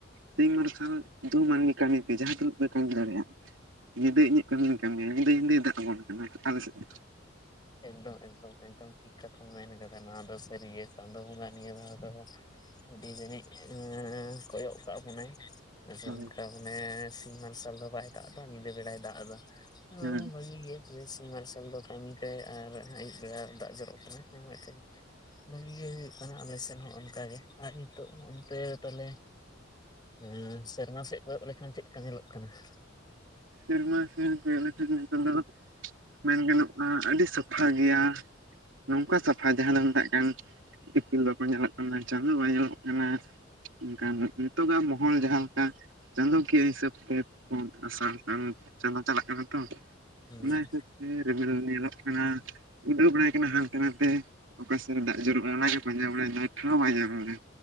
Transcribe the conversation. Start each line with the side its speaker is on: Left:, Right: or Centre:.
Right: ᱥᱤᱧ ᱢᱟᱨᱥᱟᱞ ᱫᱩ ᱢᱟᱹᱱᱢᱤ ᱠᱟᱹᱢᱤ ᱯᱮ ᱡᱟᱦᱟᱸ ᱛᱤᱱᱟᱹᱜ ᱯᱮ ᱠᱟᱹᱢᱤ ᱫᱟᱲᱮᱭᱟᱜᱼᱟ ᱧᱤᱫᱟᱹ ᱤᱧᱟᱹᱜ ᱠᱟᱹᱢᱤᱧ ᱠᱟᱹᱢᱤᱭᱟ ᱧᱤᱫᱟᱹ ᱧᱧᱤᱫᱟᱹᱭ ᱫᱟᱜ ᱟᱵᱚᱱ ᱠᱟᱱᱟ ᱟᱞᱮ ᱥᱮᱫ ᱫᱚ
Left: ᱮᱠᱫᱚᱢ ᱮᱠᱫᱚᱢ ᱮᱠᱫᱚᱢ ᱴᱷᱤᱠ ᱠᱟᱛᱷᱟ ᱢᱮᱱ ᱠᱟᱫᱟ ᱱᱚᱣᱟ ᱫᱚ ᱥᱟᱹᱨᱤᱜ ᱪᱟᱸᱫᱳ ᱵᱚᱸᱜᱟ ᱱᱤᱭᱟᱹ ᱾ ᱟᱹᱰᱤ ᱡᱟᱹᱱᱤᱡ ᱠᱚᱭᱚᱜ ᱠᱟᱜ ᱵᱚᱱᱟᱭ ᱟᱨ
Right: ᱦᱳᱭ
Left: ᱚᱱᱠᱟ ᱢᱟᱱᱮ ᱥᱤᱧ ᱢᱟᱨᱥᱟᱞ ᱫᱚ ᱵᱟᱭ ᱫᱟᱜ ᱮᱫᱟ ᱧᱤᱫᱟᱹ ᱵᱮᱲᱟᱭ ᱫᱟᱜ ᱮᱫᱟ ᱱᱚᱣᱟ
Right: ᱦᱮᱸ
Left: ᱦᱚ ᱵᱟᱹᱜᱤ ᱜᱮ ᱯᱨᱮᱥ ᱥᱤᱧ ᱢᱟᱨᱥᱟᱞ ᱫᱚᱠᱟᱟᱱ ᱟᱨ ᱟᱹᱭᱩᱵ ᱵᱮᱲᱟ ᱫᱟᱜ ᱡᱚᱨᱚᱜ ᱠᱟᱱᱟ ᱢᱤᱫᱴᱮᱱ ᱵᱷᱟᱹᱜᱤ ᱜᱮ ᱦᱩᱭᱩᱜ ᱠᱟᱱᱟ ᱟᱞᱮ ᱥᱮᱮᱫ ᱦᱚᱸ ᱚᱱᱠᱟᱜᱮ ᱟᱨ ᱱᱤᱛᱚᱜ ᱚᱱᱛᱮ ᱛᱟᱞᱮ ᱦᱮᱸ ᱥᱮᱨᱢᱟ ᱥᱮᱫ ᱠᱚᱭᱟᱜ ᱞᱮᱠᱷᱟᱱ ᱪᱮᱫ ᱞᱮᱠᱟ ᱧᱮᱞᱚᱜ ᱠᱟᱱᱟ ᱾
Right: ᱥᱮᱢᱟ ᱥᱮᱱ ᱠᱚᱭᱚᱜ ᱞᱮᱱᱠᱷᱟᱱ ᱫᱚ ᱢᱮᱱ ᱜᱟᱱᱚᱜᱼᱟ ᱟᱹᱰᱤ ᱥᱟᱯᱷᱟ ᱜᱮᱭᱟ ᱱᱚᱝᱠᱟ ᱥᱟᱯᱷᱟ ᱡᱟᱦᱟᱸ ᱫᱚ ᱢᱮᱛᱟᱜ ᱠᱟᱱ ᱤᱯᱤᱞ ᱵᱟᱠᱚ ᱧᱮᱞᱚᱜ ᱠᱟᱱᱟ ᱪᱟᱸᱫᱚ ᱵᱟᱭ ᱧᱮᱞᱚᱜ ᱠᱟᱱᱟ ᱢᱮᱱᱠᱷᱟᱱ ᱱᱤᱛᱚᱜᱟᱜ ᱢᱚᱦᱚᱞ ᱡᱟᱦᱟᱸᱮᱠᱟ ᱪᱟᱸᱫᱳᱚᱠᱤᱭᱟᱹ ᱦᱤᱥᱟᱹᱵ ᱛᱮ ᱟᱥᱟᱲᱥᱟᱱ ᱪᱟᱫᱳ ᱪᱟᱞᱟᱜ ᱠᱟᱱᱟ
Left: ᱦᱩᱸ
Right: ᱛᱚ ᱦᱮ ᱨᱤᱢᱤᱞ ᱧᱮᱞᱚᱜ ᱠᱟᱱᱟᱱ ᱩᱰᱟᱣ ᱵᱮᱲᱟᱭ ᱠᱟᱱᱟ ᱦᱟᱱᱛᱮ ᱱᱟᱛᱮ ᱚᱠᱟ ᱥᱮᱫ ᱨᱮ ᱫᱟᱜ ᱡᱩᱨᱩᱜᱼᱟ ᱚᱱᱟᱱᱟᱜᱮ ᱯᱟᱸᱡᱟ ᱵᱟᱲᱟᱭᱟ ᱯᱟᱸᱡᱟ ᱵᱟᱲᱟᱭᱟ ᱴᱷᱟᱣ ᱵᱟᱭ ᱧᱟᱢᱟ ᱫᱟ